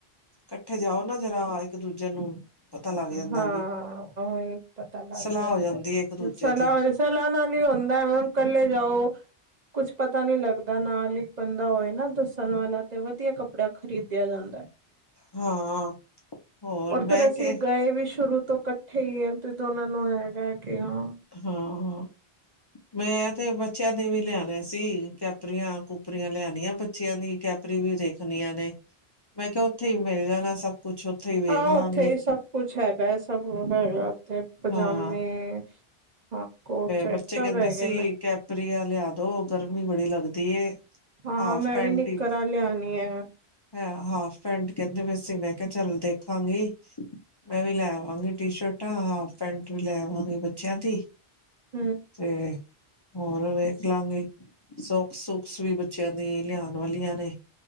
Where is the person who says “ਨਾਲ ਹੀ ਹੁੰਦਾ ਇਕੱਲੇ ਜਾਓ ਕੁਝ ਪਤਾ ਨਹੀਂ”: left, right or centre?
Right